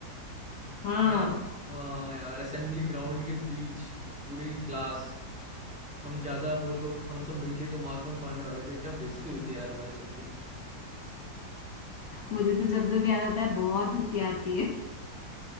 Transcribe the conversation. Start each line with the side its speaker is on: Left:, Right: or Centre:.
Left: हाँ
Centre: है ना हाँ यार असेंबली ग्राउंड के बीच पूरी क्लास हम ज्यादा वो लोग हम सब मिलके जो मास बंक मारने वाले थे क्या बेइज्जती हुई थी यार हमारी सबकी
Left: मुझे तो जब जब याद आता है बहुत हंसी आती है